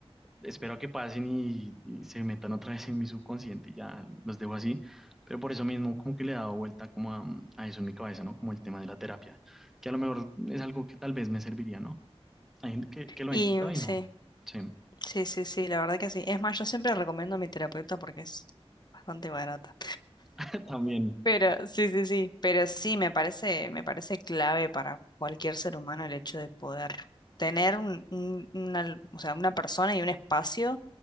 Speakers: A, in the centre; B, on the left (about 45°).
A: espero que pasen y, y se metan otra vez en mi subconsciente y ya los dejo así. Pero por eso mismo como que le he dado vuelta como a, a eso en mi cabeza, ¿no? Como el tema de la terapia, que a lo mejor es algo que tal vez me serviría, ¿no? Hay gente que, que lo
B: Y
A: ha intentado y
B: sí,
A: no. Sí.
B: sí, sí, sí, la verdad que sí. Es más, yo siempre recomiendo a mi terapeuta porque es bastante barata.
A: <laughs> También.
B: Pero sí, sí, sí, pero sí, me parece, me parece clave para cualquier ser humano el hecho de poder tener un, un- una, o sea, una persona y un espacio